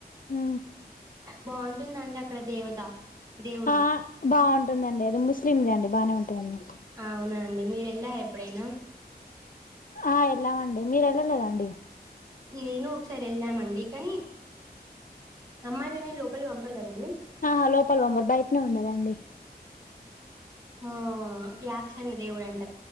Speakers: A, on the left (about 55°); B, on the right (about 20°).
A: ఆ
B: బాగుంటుందండి అక్కడ దేవత దేవుడు
A: ఆ బాగుంటుందండి అది ము క్రీమ్దం బాగానేంటందండి
B: అవునా అండి మీరు వెళ్ళారు ఎప్పుడైనా
A: ఆ వెళ్ళామండి మీరు వెళ్ళలేదండి
B: నేను ఒకసారి వెళ్ళామండి కానీ అమ్మాయిలు నేను లోపలి పంపారు కదండి
A: ఆహా లోపల్ బాంబర్ బయటనే ఉండాలండి
B: ఆ యాకక్షన్న దేవుడుంట